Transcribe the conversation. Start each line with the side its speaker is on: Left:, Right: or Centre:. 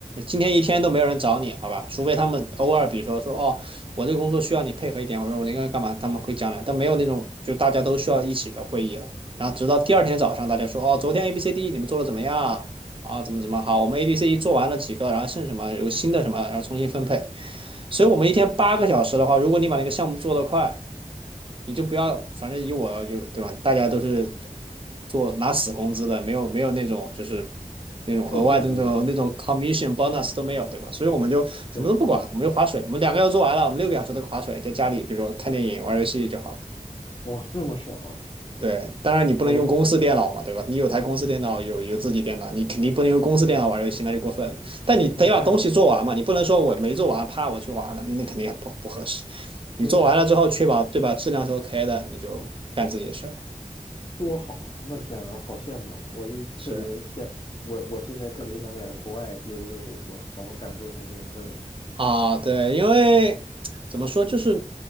Right: 今天一天都没有人找你，好吧？除非他们偶尔，比如说说哦，我这个工作需要你配合一点，我说我应个干嘛，他们会讲来，但没有那种就大家都需要一起的会议了。然后直到第二天早上，大家说哦，昨天 A B C D 你们做的怎么样啊？怎么怎么好？我们 A B C D 做完了几个，然后剩什么有新的什么，然后重新分配。所以我们一天八个小时的话，如果你把那个项目做得快，你就不要，反正以我就对吧？大家都是做拿死工资的，没有没有那种就是那种额外的那种那种
Left: 奉献精神，
Right: commission bonus 都没有，对吧？所以我们就什么都不管，
Left: 对，
Right: 我们就划水，我们两个要做完了，我们六个小时都划水，在家里比如说看电影、玩游戏就好。
Left: 哇，这么爽啊，
Right: 对，当然你不能用公司电脑嘛，
Left: 我也，
Right: 对吧？你有台公司电脑，有有自己电脑，你肯定不能用公司电脑玩游戏，
Left: 哎
Right: 那就过分了。
Left: 呦，
Right: 但你得把东西做完嘛，
Left: 那也太爽，
Right: 你不能说我没做完，怕我去玩了，那肯定不不合适。你做完了之后，
Left: 对呀。
Right: 确保对吧，质量是 OK 的，你就干自己的事儿。
Left: 多好啊！那天啊，好羡慕啊！我就特别羡，
Right: 是，
Left: 我我现在特别想在国外有一份工作，好好感受一下这种氛围。
Right: 啊，对，因为怎么说，就是